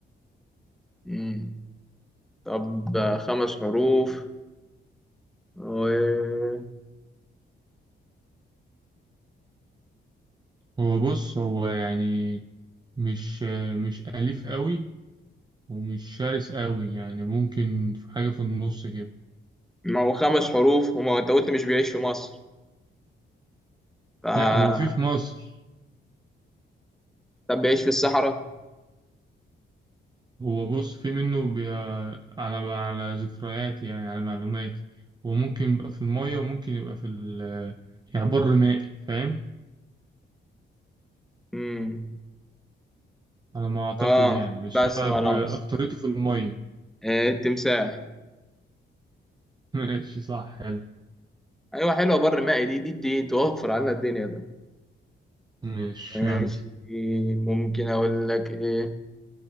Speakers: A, in the centre; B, on the right (about 20°).
A: مم. طب آه، خمس حروف و...
B: هو بص هو يعني مش مش أليف قوي ومش شرس قوي يعني ممكن في حاجة في النص كده
A: ما هو خمس حروف وما هو انت قلت مش بيعيش في مصر ف...
B: لا هو في في مصر
A: طب بيعيش في الصحراء
B: هو بص في منه بي... على على ذكرياتي يعني على معلوماتي هو ممكن يبقى في المية وممكن يبقى في ال... يعني بر مائي فاهم
A: مم.
B: على ما أعتقد
A: اه
B: يعني بس
A: بس
B: هو
A: خلاص
B: بأكترته في المية
A: آه، التمساح
B: <laughs> ماشي صح حلو
A: ايوه حلوه بر مائي دي دي دي توفر علينا الدنيا ده
B: ماشي
A: ماشي
B: يلا
A: ممكن اقول لك ايه